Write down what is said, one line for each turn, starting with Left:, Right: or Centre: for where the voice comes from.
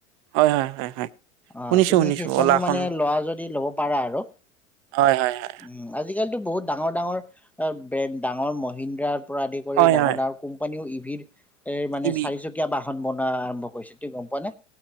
Right: হয় হয় হয় হয়
Centre: অ
Right: শুনিছো
Centre: তুমি
Right: শুনিছো
Centre: সেইখনো
Right: অ'লাখন
Centre: মানে লোৱা যদি লব পাৰা আৰু
Right: হয় হয় হয়
Centre: উ আজি কালিতো বহুত। ডাঙৰ ডাঙৰ ব্ৰেন ডাঙৰ মহিন্দ্ৰা। আদি কৰি
Right: হয়
Centre: ডাঙৰ
Right: হয়
Centre: ডাঙৰ কোম্পানীও ই। বিৰ। এ মানে
Right: ইবি
Centre: চাৰিচকীয়া বাহন বনোৱা আৰম্ভ কৰিছিল।। তুমি গম পোৱা নে?